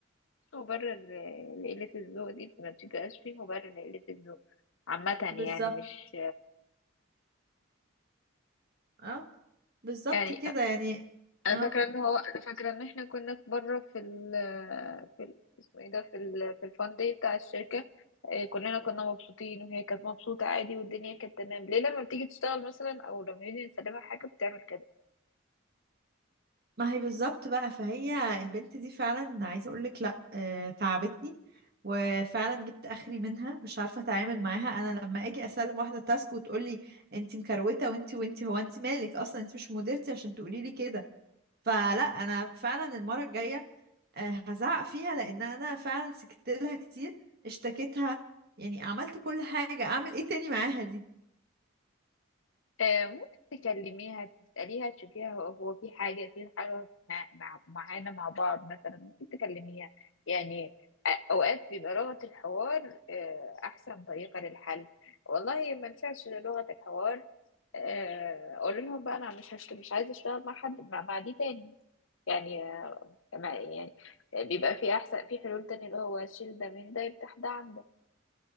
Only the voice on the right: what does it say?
بالظبط
اه بالظبط
كده يعني
اه
ما هي بالظبط بقى فهي البنت دي فعلا عايزه اقول لك لا آه، تعبتني وفعلا جبت اخري منها مش عارفه اتعامل معاها انا لما اجي اسلم واحده تاسك وتقول لي انت مكروته وانت وانت هو انت مالك اصلا انت مش مديرتي عشان تقولي لي كده فلا انا فعلا المره الجايه آه، هزعق فيها لان انا فعلا سكت لها كتير اشتكيتها يعني عملت كل حاجه اعمل ايه تاني معاها دي